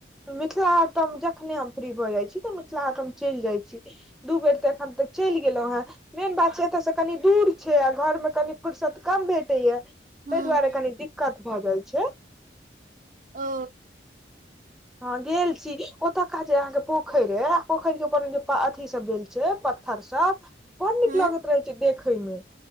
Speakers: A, in the centre; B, on the right.
A: मिथिला हाट तऽ हम जखने हम फ्री भऽ जाइत छी तऽ मिथिला हाट हम चलि जाइ छी दू बेर तऽ एखन तक चलि गेलहुँ हेँ मेन बात छै एतयसँ कनि दूर छै आ घरमे कनी फुर्सत कम भेटैए ताहि
B: हँ
A: दुआरे कनि दिक्कत भऽ जाइ छै।
B: ओ।
A: हँ गेल छी ओतुका जे अहाँ के पोखरि अय पोखर के ऊपर जे अथी सब देल छै छै पत्थर सब बड़ नीक
B: हँ
A: लगैत रहै छै देखय मे